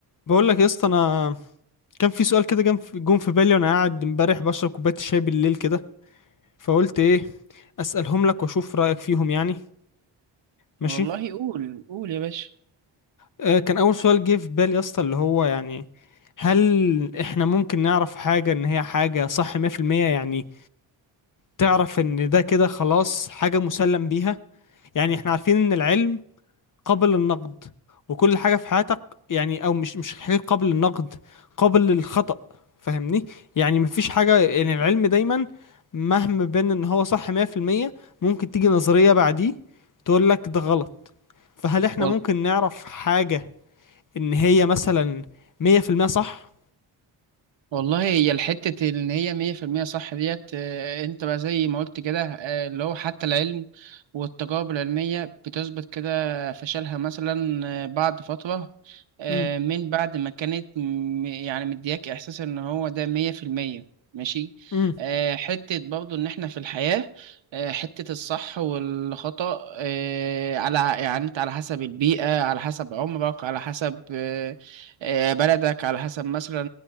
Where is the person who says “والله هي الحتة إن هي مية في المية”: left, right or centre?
Right